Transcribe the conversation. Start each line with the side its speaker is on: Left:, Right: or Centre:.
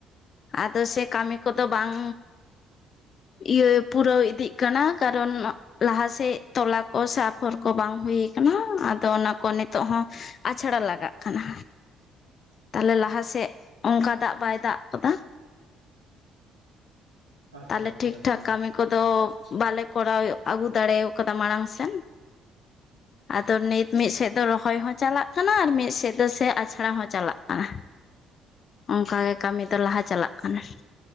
Left: ᱟᱫᱚ ᱥᱮ ᱠᱟᱹᱢᱤ ᱠᱚᱫᱚ ᱵᱟᱝ ᱤᱭᱟᱹ ᱯᱩᱨᱟᱹᱣ ᱤᱫᱤᱜ ᱠᱟᱱᱟ ᱠᱟᱨᱚᱱ ᱞᱟᱦᱟᱥᱮᱫ ᱛᱚᱞᱟ ᱚ ᱥᱟᱯᱷᱚᱨ ᱠᱚ ᱵᱟᱝ ᱦᱩᱭ ᱠᱟᱱᱟ ᱟᱫᱚ ᱚᱱᱟ ᱠᱚ ᱱᱤᱛᱚᱜ ᱦᱚᱸ ᱟᱪᱷᱲᱟ ᱞᱟᱜᱟᱜ ᱠᱟᱱᱟ ᱛᱟᱞᱦᱮ ᱞᱟᱦᱟ ᱥᱮᱫ, ᱚᱝᱠᱟ ᱫᱟᱜ ᱵᱟᱭ ᱫᱟᱜ ᱠᱟᱫᱟ
Right: ᱟᱪᱪᱷᱟ
Left: ᱛᱟᱦᱞᱮ
Right: ᱟᱪᱪᱷᱟ
Left: ᱴᱷᱤᱠ ᱴᱷᱟᱠ
Right: ᱦᱮᱸ
Left: ᱠᱟᱹᱢᱤ ᱠᱚᱫᱚᱻ ᱵᱟᱞᱮ ᱠᱚᱨᱟᱣ, ᱟᱹᱜᱩ ᱫᱟᱲᱮᱣ ᱠᱟᱫᱟ ᱢᱟᱲᱟᱝ ᱥᱮᱱ ᱟᱫᱚ ᱱᱤᱛ ᱢᱤᱫ ᱥᱮᱫ ᱫᱚ ᱨᱚᱦᱚᱭ ᱦᱚᱸ ᱪᱟᱞᱟᱜ ᱠᱟᱱᱟ ᱟᱨ ᱢᱤᱫ ᱥᱮᱫ ᱫᱚ ᱥᱮ ᱟᱪᱷᱲᱟ ᱦᱚᱸ ᱪᱟᱞᱟᱜ ᱠᱟᱱᱟ ᱚᱝᱠᱟ ᱜᱮ ᱠᱟᱹᱢᱤ ᱫᱚ ᱞᱟᱦᱟ ᱪᱟᱞᱟᱜ ᱠᱟᱱᱟ